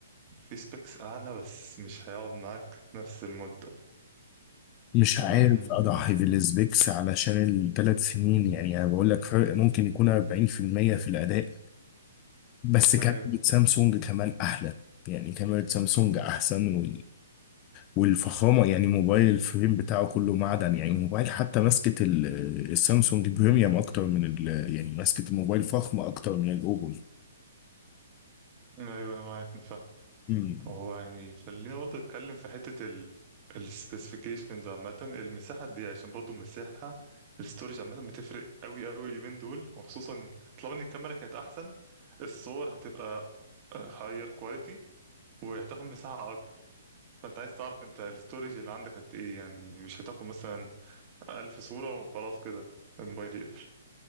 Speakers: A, on the right; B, on the left.
A: في سبيكس اعلى بس مش هيقعد معاك نفس المده
B: مش عارف
A: امم
B: اضحي بالسبيكس علشان الثلاث سنين يعني انا بقول لك فرق ممكن يكون 40% في المية في الاداء بس كاميرا
A: ايوه
B: سامسونج كمان احلى يعني كاميرا سامسونج احسن والفخامة يعني موبايل الفريم بتاعه كله معدن يعني الموبايل حتى ماسكة ال- السامسونج بريميوم أكتر من ال يعني ماسكة الموبايل فخمة أكتر من الأوبو
A: ايوه انا معاك أنا فاهم.
B: مم.
A: هو يعني خلينا برضه نتكلم في حتة ال السبيسيفيكيشنز عامة المساحة دي عشان برضه المساحة الستورج عامة بتفرق قوي قوي اليومين دول وخصوصا طالما ان الكاميرا كانت احسن الصور هتبقى هاير كواليتي وهتاخد مساحة اكبر فانت عايز تعرف انت الستورج اللي عندك قد ايه يعني مش هتاخد مثلا 1000 صورة وخلاص كده الموبايل يقفل